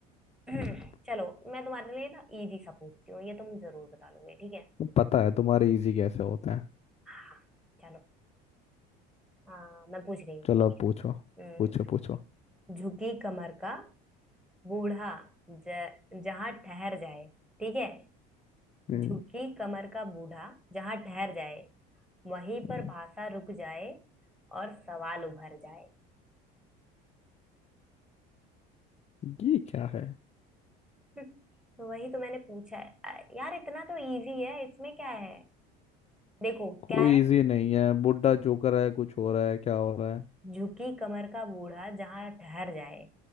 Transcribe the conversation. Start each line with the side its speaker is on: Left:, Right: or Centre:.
Centre: <clears throat>
Left: हम्म,
Centre: चलो मैं तुम्हारे लिए ना इजी सा पूछती हूँ ये तुम जरूर बता लोगे ठीक है
Left: पता है तुम्हारे इजी कैसे होते हैं
Centre: हाँ चलो हाँ मैं पूछ रही हूँ
Left: चलो
Centre: ठीक
Left: अब
Centre: है
Left: पूछो
Centre: हम्म,
Left: पूछो पूछो
Centre: झुकी कमर का बूढ़ा ज, जहां ठहर जाए ठीक है
Left: हम्म
Centre: झुकी कमर का बूढ़ा जहां ठहर जाए वहीं पर
Left: हम्म,
Centre: भाषा रुक जाए और सवाल उभर जाए
Left: ये क्या है
Centre: <laughs> तो वही तो मैंने पूछा है अ, यार इतना तो इजी है इसमें क्या है देखो
Left: कोई
Centre: क्या है
Left: इजी नहीं है बुड्ढा जोकर है कुछ हो रहा है क्या हो रहा है
Centre: झुकी कमर का बूढ़ा जहां ठहर जाए